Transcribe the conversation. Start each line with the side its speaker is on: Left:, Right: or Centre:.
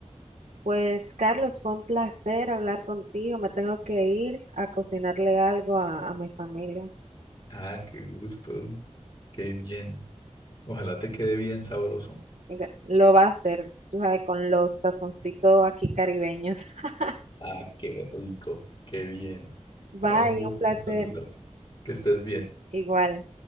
Right: Pues Carlos, fue un placer hablar contigo. Me tengo que ir a cocinarle algo a, a mi familia.
Left: Ah, qué gusto, qué bien. Ojalá te quede bien sabroso.
Right: Gra- Lo va a hacer, tú sabes, con los tazoncitos aquí caribeños. <laughs>
Left: Ah, qué rico, qué bien.
Right: Bye,
Left: No, un gusto
Right: un placer.
Left: saludarte. Que estés bien.
Right: Igual.